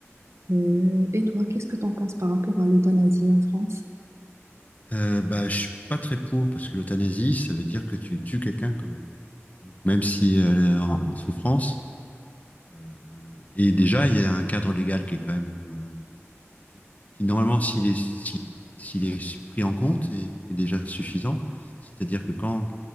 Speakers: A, on the right; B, on the left.
A: Euh, et toi, qu'est-ce que tu en penses par rapport à l'euthanasie en France?
B: Euh, bah, je suis pas très pour parce que l'euthanasie, ça veut dire que tu tues quelqu'un quand même. Donc, même si elle est en, en souffrance, euh, et déjà il y a un cadre légal qui est quand même euh, qui, qui, normalement s'il est s'il s'il est pris en compte est, est déjà suffisant. C'est-à-dire que quand